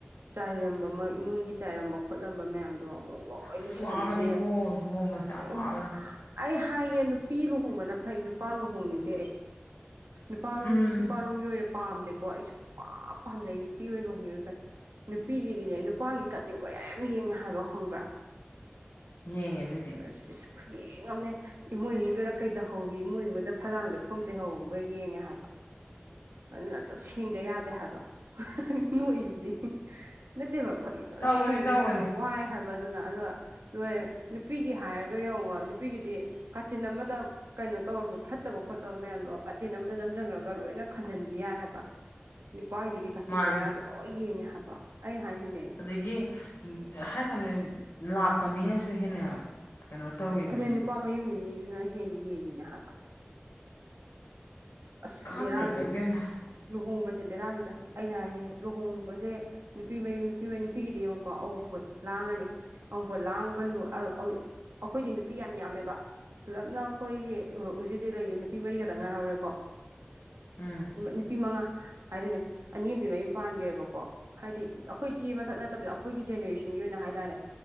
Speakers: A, on the right; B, on the left.
A: ꯆꯥꯏꯔꯝꯕ ꯃꯣꯏ ꯏꯃꯨꯡꯒꯤ ꯆꯥꯏꯔꯝꯕ ꯈꯣꯠꯂꯝꯕ ꯃꯌꯥꯝꯗꯣ ꯑꯃꯨꯛ ꯂꯣꯏ
B: ꯑꯁ
A: ꯂꯣꯏꯟꯕꯤꯔ
B: ꯋꯥꯕꯅꯤꯀꯣ ꯂꯨꯍꯣꯡꯕꯁꯦ
A: ꯑꯁ
B: ꯌꯥꯝ ꯋꯥꯕꯅꯤ
A: <inaudible> ꯑꯩ ꯍꯥꯏꯒꯦ ꯅꯨꯄꯤ ꯂꯨꯍꯣꯡꯕꯅ ꯐꯩ ꯅꯨꯄꯥ ꯂꯨꯍꯣꯡꯅꯤꯡꯗꯦ ꯑꯩ ꯅꯨꯄꯥ ꯂꯣꯝꯒꯤ
B: ꯎꯝ
A: ꯅꯨꯄꯥꯂꯣꯝꯒꯤ ꯑꯣꯏꯅ ꯄꯥꯝꯗꯦꯀꯣ ꯑꯩꯁꯨ ꯄ ꯄꯥꯝꯖꯩ ꯅꯨꯄꯤ ꯑꯣꯏꯅ ꯂꯨꯍꯣꯡꯈꯤꯕꯦ ꯐꯥꯏ ꯅꯨꯄꯤꯒꯤꯗꯤꯅꯦ ꯅꯨꯄꯥꯒꯤ ꯀꯇꯤꯡ ꯀꯣꯌꯥ ꯌꯥꯝ ꯌꯦꯡꯉꯦ ꯍꯥꯏꯕ ꯈꯪꯕ꯭ꯔꯥ
B: ꯌꯦꯡꯉꯦ ꯑꯗꯨꯑꯣꯏꯗꯤ
A: ꯑꯁꯤ ꯈꯨꯌꯦꯡ ꯑꯃ ꯏꯃꯣꯏ ꯏꯗꯅ ꯀꯩ ꯇꯧꯍꯧꯋꯤ ꯏꯃꯣꯏꯉꯨꯡꯗ ꯐꯂꯥꯡ ꯂꯩꯈꯣꯝ ꯇꯩꯍꯧꯕꯒ ꯌꯦꯡꯉꯦ ꯍꯥꯏꯕ ꯑꯗꯨꯅ ꯑꯇꯞ ꯁꯦꯡꯗ ꯌꯥꯗꯦ ꯍꯥꯏꯕ ꯅꯣꯏꯁꯤꯗꯤ ꯅꯠꯇꯦꯕ
B: ꯇꯧꯕꯅꯤ
A: ꯁꯦꯡꯗ
B: ꯇꯧꯕꯅꯤ
A: ꯌꯥꯗꯦ ꯋꯥꯏ ꯍꯥꯏꯕꯗꯨꯅ ꯑꯗꯣ ꯂꯣꯏꯔꯦ ꯅꯨꯄꯤꯒꯤ ꯍꯥꯏꯔꯒ ꯌꯦꯡꯉꯣ ꯅꯨꯄꯤꯒꯤꯗꯤ ꯀꯥꯆꯤꯟ ꯑꯃꯗ ꯀꯩꯅꯣ ꯇꯧꯝꯕ ꯐꯠꯇꯕ ꯈꯣꯠꯇꯕ ꯃꯌꯥꯝꯗꯣ ꯀꯆꯤꯟ ꯑꯃꯝꯗ ꯅꯝꯁꯤꯟꯈ꯭ꯔꯒ ꯂꯣꯏꯅ ꯈꯟꯖꯤꯟꯈꯤ ꯌꯥꯏ ꯍꯥꯏꯕ ꯅꯨꯄꯥꯒꯤꯗꯤ ꯀꯥꯆꯤꯟ
B: ꯃꯥꯅꯤ
A: ꯀꯣꯌꯥꯁꯦ ꯂꯣꯏ ꯌꯦꯡꯉꯦ ꯍꯥꯏꯕ ꯑꯩ ꯍꯥꯏꯖꯤꯅꯦ
B: ꯑꯗꯒꯤ ꯍꯥꯏ ꯁꯝꯅ ꯂꯥꯛꯄ ꯃꯤꯅꯁꯨ ꯍꯦꯟꯅ ꯀꯩꯅꯣ ꯇꯧꯋꯤꯗꯨꯅꯤ
A: ꯑꯗꯩ ꯅꯨꯄꯥ ꯃꯌꯨꯝꯒꯤ ꯃꯤꯗꯨꯅ ꯍꯦꯟꯅ ꯌꯦꯡꯉꯤꯅ ꯍꯥꯏꯕ ꯑꯁ
B: ꯈꯪꯗ꯭ꯔꯗꯤ
A: ꯕꯦꯔꯥꯅꯤꯗ
B: ꯏꯕꯦꯝꯃ
A: ꯂꯨꯍꯣꯡꯕꯁꯦ ꯕꯦꯔꯥꯅꯤꯗ ꯑꯩꯅ ꯍꯥꯏꯅꯩ ꯂꯨꯍꯣꯡꯕꯁꯦ ꯅꯨꯄꯤ ꯃꯌꯨꯝ ꯅꯨꯄꯤ ꯃꯌ ꯅꯨꯄꯤꯒꯤꯗꯤ ꯌꯦꯡꯉꯨꯀꯣ ꯑꯍꯨꯝꯄꯣꯠ ꯂꯥꯡꯉꯅꯤ ꯑꯃꯨꯛꯕ ꯂꯥꯡꯕ ꯂꯨ ꯑꯩꯈꯣꯏꯗꯤ ꯅꯨꯄꯤ ꯌꯥꯝ ꯌꯥꯝꯃꯦꯕ ꯇꯂꯞꯅ ꯑꯩꯈꯣꯏꯒꯤ ꯍꯧꯖꯤꯛꯖꯤꯦ ꯂꯩꯔꯤꯁꯦ ꯅꯨꯄꯤ ꯃꯔꯤ ꯈꯛꯇꯪ ꯉꯥꯏꯍꯧꯔꯦꯀꯣ
B: ꯎꯝ
A: ꯅꯨꯄꯤ ꯅꯨꯄꯤ ꯃꯉꯥ ꯍꯥꯏꯗꯨꯅꯦ ꯑꯅꯤ ꯑꯃꯗꯤ ꯃꯌꯨꯝ ꯄꯥꯟꯈ꯭ꯔꯦꯕꯀꯣ ꯍꯥꯏꯗꯤ ꯑꯩꯈꯣꯏ ꯏꯆꯦ ꯃꯊꯛ ꯅꯠꯇꯕꯤꯗ ꯑꯩꯈꯣꯏꯒꯤ ꯖꯦꯅꯦꯔꯦꯁꯟꯒꯤ ꯑꯣꯏꯅ ꯍꯥꯏ ꯇꯔꯦ